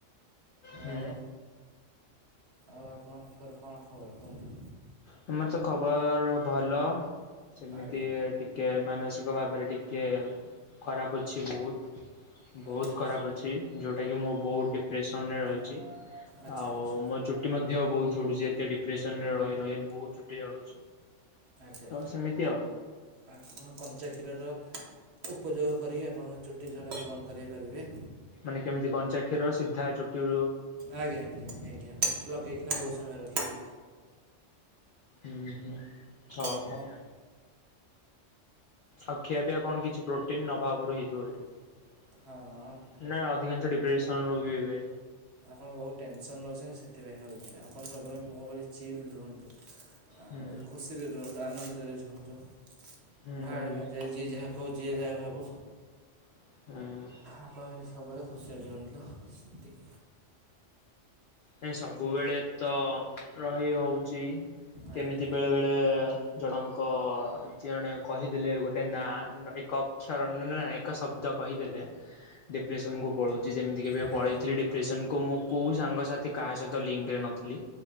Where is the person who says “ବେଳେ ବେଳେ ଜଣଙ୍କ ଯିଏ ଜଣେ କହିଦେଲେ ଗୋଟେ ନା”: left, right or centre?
Left